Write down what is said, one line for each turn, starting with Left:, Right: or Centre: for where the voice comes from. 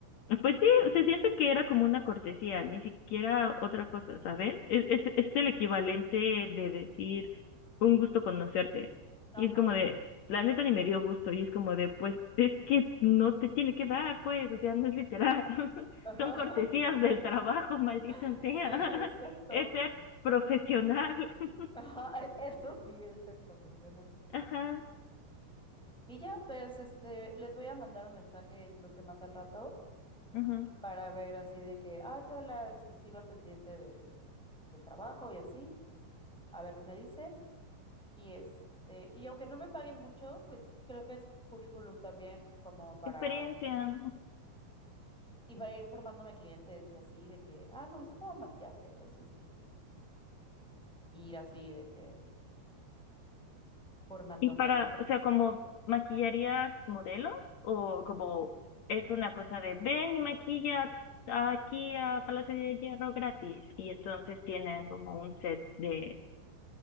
Left: Pues sí, se siente que era como una cortesía, ni siquiera otra cosa, ¿sabes? Es, es, es el equivalente de decir un gusto conocerte.
Centre: Ajá,
Left: Y es como de, la neta ni me dio gusto. Y es como de, pues es que no te tiene que dar, pues, o sea, no es literal. <laughs>
Centre: ajá.
Left: Son cortesías del trabajo, maldita
Centre: <laughs>
Left: sea.
Centre: Sí, exacto.
Left: <laughs> Es ser profesional. <laughs>
Centre: Ajá, e- eso sí es ser profesional.
Left: Ajá,
Centre: Y ya, pues, este, les voy a mandar un mensaje, yo creo que más al rato,
Left: ajá.
Centre: para ver así de que, ah, yo la, este, sigo al pendiente de, del trabajo y así, a ver qué me dicen. Y este, y aunque no me paguen mucho, pues creo que es currículum también, como para...
Left: Experiencia.
Centre: Y para ir formándome clientes y así, de que, ah, me gustó cómo maquillaste, entonces de que pues ir así, de que formándome,
Left: Y para, o sea, como maquillarías modelos o como es una cosa de ven y maquilla aquí a Palacio de Hierro gratis y entonces tienen como un set de,